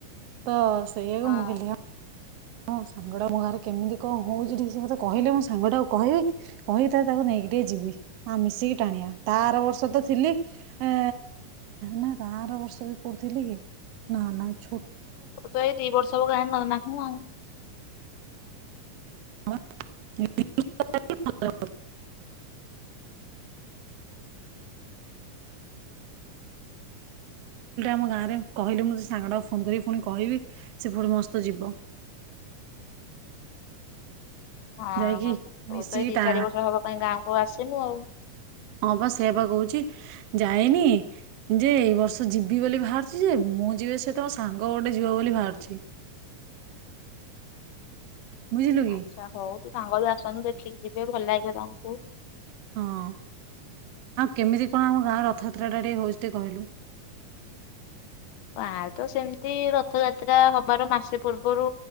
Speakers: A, on the right; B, on the left.
A: ତ ସେଇଆକୁ
B: ହଁ
A: <inaudible> ହଁ ସାଙ୍ଗଟା ମୋ ଘରେ କେମିତି କଣ ହଉଛି ଟିକେ ସେ କେ କହିଲେ ମୁଁ ସାଙ୍ଗଟାକୁ କହିବି କହିିଥା ତାକୁ ନେଇକି ଟିକେ ଯିବି ଆ ମିଶିକି ଟାଣିବା ତା ଆର ବର୍ଷ ତ ଥିଲି ଏ ନା ତ ଆର ବର୍ଷ ବି କୋଉଠି ଥିଲି କି ନା ନାଛୋ
B: ତ ଏ ଦୁଇ ବର୍ଷ ସବୁ <inaudible>
A: ହଉଛି କହିଲଟା <unintelligible> ଆମ ଗାଁରେ କହିଲି ମୁଁ ସାଙ୍ଗଟାକୁ ଫୋନ କରିକି ପୁଣି କହିବି ସେ ପୁଣି ମସ୍ତ ଯିବ
B: ହଁହଁ
A: ଯାଇକି
B: ତୁ
A: ମିଶିକି
B: ତ ଏ ଦିଇ
A: ଟା
B: ଚାରି ବର୍ଷ ହବ କ ଗାଁକୁ ହଉ ଆସିବୁ ଆଉ।
A: ହଁ ବା ସେ ବା କହୁଛି ଯାଇନି ଯେ ଏଇ ବର୍ଷ ଯିବି ବୋଲି ବାହାରିଛି ଯେ ମୁଁ ଯିବି ସେ ତ ମୋ ସାଙ୍ଗ ଗୋଟେ ଯିବ ବୋଲି ବାହାରିଛି ବୁଝିଲୁ କି?
B: ଆଚ୍ଛା ହଉ ତୁ ସାଙ୍ଗ ବି ଆସନ୍ତୁ ଦେଖିକି ଯିବି ଏ ଭଲ ଲାଗିବ ତମକୁ
A: ହଁ ଆଉ କେମିତି କଣ ଆମ ଗାଁ ରଥଯାତ୍ରା ଟା ଟିକେ ହଉଛି ଟିକେ କହିଲୁ
B: ଆ ତ ସେମିତି ରଥଯାତ୍ରା ହବାର ମାସେ ପୂର୍ବରୁ